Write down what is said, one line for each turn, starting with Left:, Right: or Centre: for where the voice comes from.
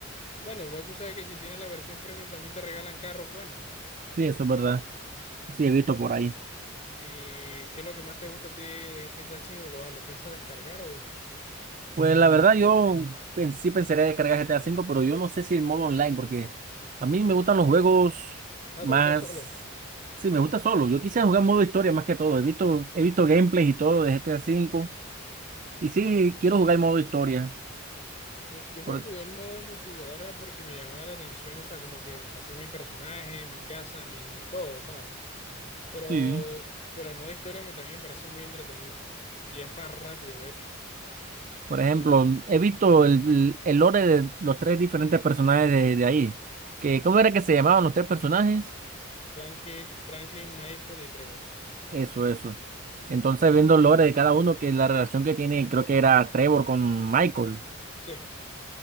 Left: bueno, igual tú sabes que si tienes la versión premium también te regalan carros, bueno.
Right: Sí, eso es verdad. Sí, he visto
Left: Y,
Right: por ahí.
Left: ¿Y qué es lo que más te gusta a ti de GTA cinco ¿Lo, lo piensas descargar o...?
Right: Pues la verdad, yo pen- sí pensaría descargar GTA V, pero yo no sé si el modo online, porque a mí me gustan los juegos
Left: Ah,
Right: más...
Left: ¿te gusta solo?
Right: Sí, me gusta solo. Yo quisiera jugar modo historia más que todo. He visto, he visto gameplays y todo de GTA V. Y sí, quiero jugar el modo historia.
Left: Yo, yo me
Right: Por...
Left: jugué el modo multijugador era porque me llamaba la atención, o sea, como que hacer mi personaje, mi casa, mi todo, ¿sabes? Pero,
Right: Sí.
Left: pero el modo historia me, también me parece muy entretenido. Y es más rápido, de hecho,
Right: Por ejemplo,
Left: porque...
Right: he visto el, el lore de los tres diferentes personajes de, de ahí.
Left: Ajá.
Right: Que, ¿cómo era que se llamaban los tres personajes?
Left: Franklin, Franklin, Michael y Trevor.
Right: Eso, eso. Entonces, viendo el lore de cada uno, que la relación que tiene, creo que era Trevor con Michael.
Left: Sí,